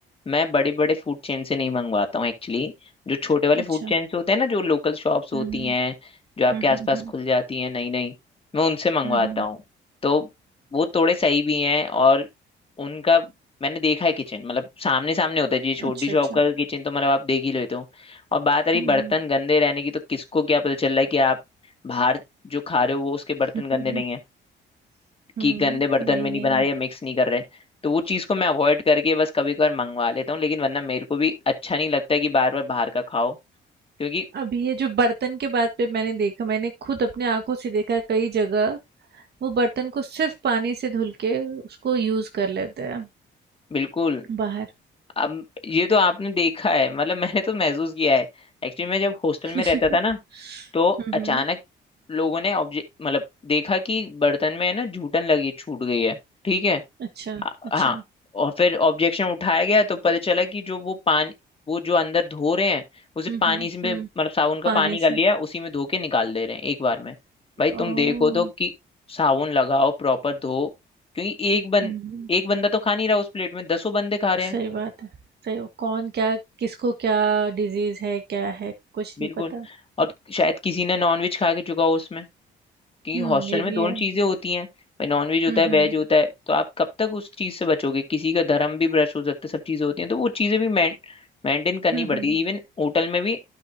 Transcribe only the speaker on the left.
मैं बड़े बड़े फूड चेन से नहीं मंगवाता हूँ एक्चुअली जो छोटे वाले
फूड चेन होते हैं ना जो लोकल शॉप्स होती
हैं जो आपके
आसपास
खुल जाती हैं नई नई मैं उनसे मंगवाता
हूँ तो वो थोड़े सही भी हैं और उनका मैंने देखा है किचन मतलब सामने सामने होता है जी छोटी
शॉप
का किचन तो मतलब आप देख ही लेते हो और बात रही
बर्तन गंदे रहने की तो किसको क्या पता चल रहा है कि आप बाहर जो खा रहे हो वो उसके बर्तन
गंदे नहीं है
कि गंदे बर्तन
में
नहीं बना रहे या मिक्स नहीं कर रहे तो वो चीज़ को मैं अवॉइड करके बस कभी कभार मंगवा लेता हूँ लेकिन वरना मेरे को भी अच्छा नहीं लगता है कि बार बार बाहर का खाओ क्योंकि
बिल्कुल
अब ये तो आपने देखा है मतलब मैंने तो महसूस किया है एक्चुअली मैं जब हॉस्टल
में रहता था ना तो
अचानक लोगों ने ऑब्जेक्ट मतलब देखा कि बर्तन में है ना जूठन लगी छूट गई है ठीक है
आ-
हाँ और फिर ऑब्जेक्शन उठाया गया तो पता चला कि जो वो पानी वो जो अंदर धो रहे हैं उसे
पानी
से में-
मतलब साबुन का
पानी कर
लिया उसी में धो के निकाल दे रहे हैं एक बार में भाई तुम
देखो तो कि साबुन लगाओ प्रॉपर धो क्योंकि एक बन
एक बंदा तो खा नहीं रहा उस प्लेट में दसों बंदे खा रहे
हैं
बिल्कुल
और शायद किसी ने नॉनवेज खा के चुका हो उसमें क्योंकि
हॉस्टल
में
दोनों
चीजें होती हैं भाई नॉनवेज होता
है वेज
होता है तो आप कब तक उस चीज से बचोगे किसी का धर्म भी ब्रश हो सकता है सब चीजें होती हैं तो वो चीजें भी मेंटेन करनी
पड़ती है इवन होटल में भी